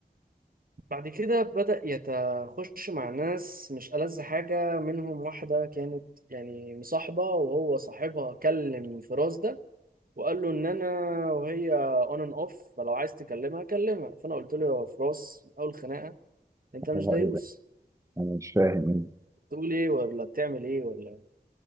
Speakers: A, on the right; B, on the right.
A: بعد كده بدأ يتخش مع ناس مش ألذ حاجة منهم واحدة كانت يعني مصاحبة وهو صاحبها كلم فراس ده وقال له ان انا وهي اون اند اوف فلو عايز تكلمها كلمها فانا قلت له يا فراس من اول خناقة انت مش
B: لا،
A: دايوس
B: ايه ده انا مش فاهم
A: بتقول ايه ولا بتعمل ايه ولا